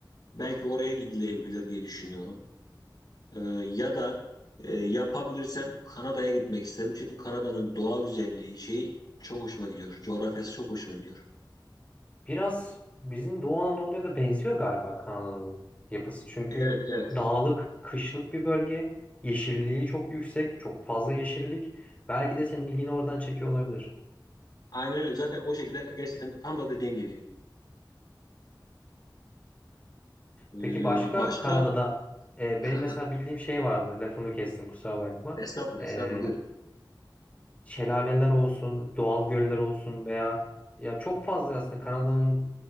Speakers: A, on the left (about 60°); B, on the left (about 20°).
A: Belki oraya gidilebilir diye düşünüyorum. E, ya da e, yapabilirsem Kanada'ya gitmek isterim. Çünkü Kanada'nın doğa güzelliği şeyi çok hoşuma gidiyor. Coğrafyası çok hoşuma gidiyor.
B: Biraz bizim Doğu Anadolu'ya da benziyor galiba Kanada'nın yapısı. Çünkü
A: Evet evet.
B: dağlık, kışlık bir bölge. Yeşilliği çok yüksek, çok fazla yeşillik. Belki de senin ilgini oradan çekiyor olabilir.
A: Aynen öyle. Zaten o şekilde gerçekten tam da dediğin gibi. E,
B: Peki başka
A: başka?
B: Kanada'da e,
A: <laughs>
B: benim mesela bildiğim şey vardı. Lafını kestim kusura bakma.
A: Estağfurullah
B: E,
A: estağfurullah buyur.
B: şelaleler olsun, doğal göller olsun veya ya çok fazla aslında Kanada'nın